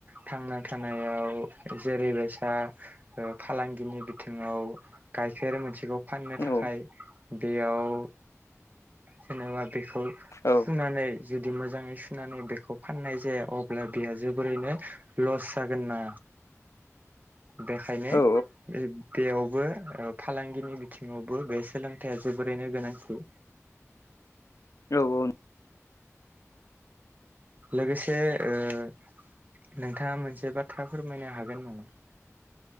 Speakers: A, on the right; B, on the left.
A: थांना थानायाव जेरै बेसा ओ फालांगिनि बिथिङाव गायखेर मोनसेखौ फाननो
B: औ
A: थाखाय बेयाव जेनेबा बेखौ
B: औ
A: सुनानै जुदि मोजाङै सुनानै बेखौ फाननाय जाया अब्ला बेहा जोबोरैनो लस जागोन ना।
B: <inaudible>
A: बेखायनो
B: औ
A: ओ बेयावबो ओ फालांगिनि बिथिङावबो बे सोलोंथाइया जोबोरैनो गोनांथि।
B: औ-औ
A: लोगोसे ओ नोंथाङा मोनसे बाथ्रा फोरमायनो हागोन नामा?